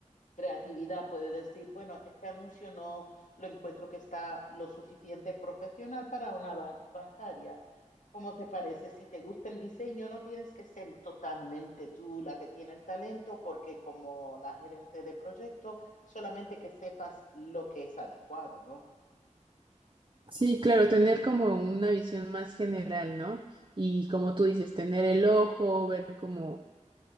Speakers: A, on the left; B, on the right.
A: creatividad, puede decir, bueno, este anuncio no lo encuentro que está lo suficiente profesional para una ba- bancaria. ¿Cómo te parece? Si te gusta el diseño, no tienes que ser totalmente tú la que tiene el talento, porque como la gerente de proyecto, solamente que sepas lo que es adecuado, ¿no?
B: Sí, claro, tener como una visión más general, ¿no? Y como tú dices, tener el ojo, ver como